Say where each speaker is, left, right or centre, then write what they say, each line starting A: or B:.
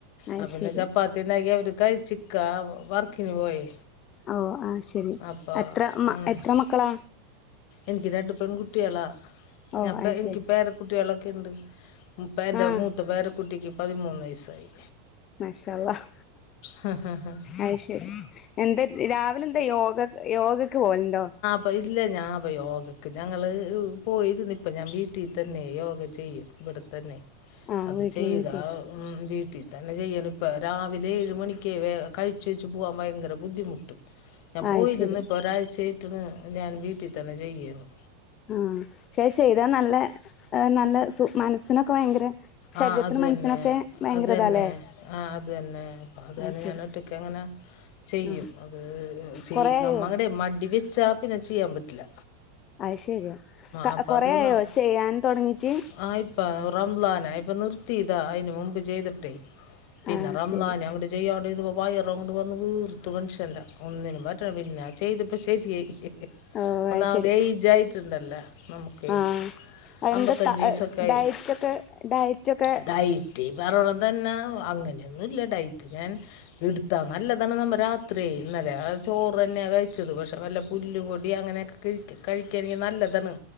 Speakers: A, on the left (about 40°); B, on the left (about 55°).
A: അയ്
B: ആ പിന്നെ
A: ശരി
B: ചപ്പാത്തിണ്ടാക്കി അവര് കഴിച്ചിക്ക വർക്കിനു പോയി
A: ഓ ആഹ് ശെരി
B: അപ്പൊ
A: എത്ര മ
B: അങ്ങനെ
A: എത്ര മക്കളാ?
B: എനിക്ക് രണ്ടു പെൺ കുട്ടികളാ
A: ഓഹ്
B: ഞാൻ പ
A: അയ്
B: എനിക്ക്
A: ശരി
B: പേരെ കുട്ടികളൊക്കെയ്ണ്ട് ഇപ്പയെന്റെ
A: ആഹ്
B: മൂത്ത പേര കുട്ടിക്ക് പതിമൂന്ന് വയസ്സായി
A: മാഷാ അള്ളാഹ്
B: ഹ ഹാ്
A: അഹ് ശെരി എന്താ രാവിലെന്താ യോഗ യോഗക്ക് പോവല്ണ്ടോ?
B: പോയിട്ടില്ല ഞാൻ അപ്പ യോഗയ്ക്ക് ഞങ്ങള് പോയിരുന്നു ഇപ്പ ഞാൻ വീട്ടിൽ തന്നെ യോഗ ചെയ്യും ഇവിടെത്തന്നെ
A: ആഹ്
B: അത്
A: വീട്ടിൽന്ന്
B: ചെയ്താ
A: ചെയ്യും
B: ഉം വീട്ടി തന്നെ ചെയ്യല്പ്പ രാവിലെ ഏഴ് മണിക്ക് വേം കഴിച്ചേച്ച് പോവാൻ ഭയങ്കര ബുദ്ധിമുട്ട് ഞാൻ
A: അയ്
B: പോയിര്ന്ന്
A: ശരി
B: ഇപ്പൊ ഒരാഴ്ചായിട്ടാന്ന് ഞാൻ വീട്ടിൽ തന്നെ ചെയ്യരുന്നു
A: ആഹ് പക്ഷെ അത് ചെയ്താ നല്ല നല്ല സു മനസ്സിനൊക്കെ ഭയങ്കര
B: ആഹ്
A: ശരീരത്തിനും
B: അതന്നെ
A: മനസ്സിനൊക്കെ ഭയങ്കര
B: അത് തന്നെ
A: ഇതാല്ലേ
B: ആ് അത് തന്നെ അ അതെ
A: അത് ശരി
B: ഞൻ ഒറ്റക്കങ്ങനെ ചെയ്യും
A: ആ
B: അത് ചെ
A: കൊറേ ആയോ
B: നമ്മങ്ങട്ടെ മടിവെച്ചാ പിന്നെ ചെയ്യാൻ പറ്റില്ല
A: അഹ് ശരിയാ
B: അപ്പം
A: കൊറേ
B: അത്
A: ആയോ
B: ന-
A: ചെയ്യാൻ തൊടങ്ങിട്ട്?
B: ആ ഇപ്പം റംളാനായപ്പൊ നിർത്തിയതാ അയിന് മുമ്പ് ചെയ്തിട്ടെ പിന്നെ
A: അത്
B: റംളാനങ്ങ
A: ശരി
B: ട്ട് ചെയ്യാണ്ടിരുന്നപ്പോ വയറങ്ങട്ട് വന്ന് വീർത്തു മനുഷ്യന്റെ ഒന്നിനും പറ്റ്ണ് പിന്ന ഞാൻ ചെയ്ത് അപ്പ ശരിയായി
A: ഓ
B: ഒന്നാമത്
A: അത് ശരി
B: എയ്ജായിട്ടുണ്ടല്ലോ നമക്കെ
A: ആ എന്താ
B: അമ്പത്തഞ്ച്
A: ത
B: വയസ്സക്കായി
A: ഡയറ്റൊക്കെ ഡയറ്റൊക്കെ
B: ഇതായി റ്റ് പറിണതന്നെ അങ്ങനെയൊന്നുല്ല ഡയറ്റ് ഞാൻ ഇട്ത്താ നല്ലതാണ് നമ്മ രാത്രി ഇന്നലെ ചോറ് തന്നെയ കഴിച്ചത് പക്ഷെ നല്ല പുല്ല് പൊടി അങ്ങനെയൊക്കെ കഴി കഴിക്കാണെങ്കി നല്ലതാണ്